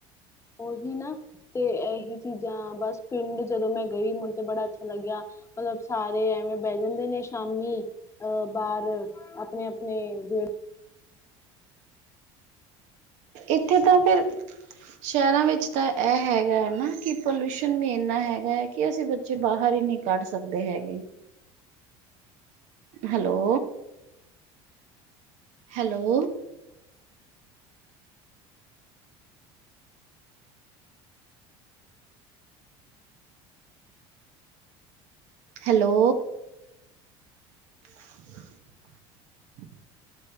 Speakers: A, on the left; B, on the right.
A: ਉਹੀ ਨਾ ਤੇ ਇਹੀ ਚੀਜ਼ਾਂ ਬਸ ਪਿੰਡ ਜਦੋਂ ਮੈਂ ਗਈ ਮੈਨੂੰ ਤੇ ਬੜਾ ਅੱਛਾ ਲੱਗਿਆ ਮਤਲਬ ਸਾਰੇ ਐਵੇਂ ਬਹਿ ਜਾਂਦੇ ਨੇ ਸ਼ਾਮੀ ਅਹ ਬਾਹਰ ਆਪਣੇ ਆਪਣੇ
B: ਇੱਥੇ ਤਾਂ ਫਿਰ ਸ਼ਹਿਰਾਂਵਿੱਚ ਤਾਂ ਇਹ ਹੈਗਾ ਨਾ ਕਿ ਪੋਲਊਸ਼ਨ ਵੀ ਇੰਨਾ ਹੈਗਾ ਏ ਕਿ ਅਸੀਂ ਬੱਚੇ ਬਾਹਰ ਹੀ ਨਹੀਂ ਕੱਢ ਸਕਦੇ ਹੈਗੇ? Hello hello? ਹੈਲੋ, <inaudible>